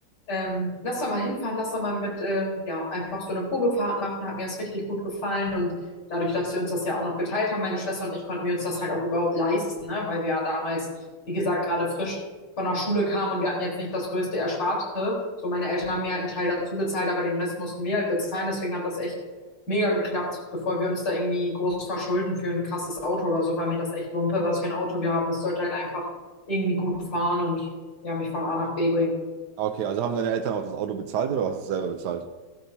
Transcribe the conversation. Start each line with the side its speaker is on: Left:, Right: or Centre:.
Left: ähm, lass da mal hinfahren, lass da mal mit, ähm, ja, einfach so eine Probefahrt machen, hat mir das richtig gut gefallen und dadurch, dass wir uns das ja auch noch geteilt haben, meine Schwester und ich, konnten wir uns das halt auch überhaupt leisten, ne, weil wir ja damals, wie gesagt, gerade frisch von der Schule kamen und wir hatten jetzt nicht das größte Ersparte, so meine Eltern haben mir halt einen Teil dazu bezahlt, aber den Rest mussten wir halt bezahlen, deswegen hat das echt mega geklappt. Bevor wir uns da irgendwie groß verschulden für ein krasses Auto oder so, war mir das echt Wumpe, was für ein Auto wir haben. Es sollte halt einfach irgendwie gut fahren und ja, mich von A nach B bringen.
Right: Ah, Okay, also haben deine Eltern auch das Auto bezahlt oder hast du es selber bezahlt?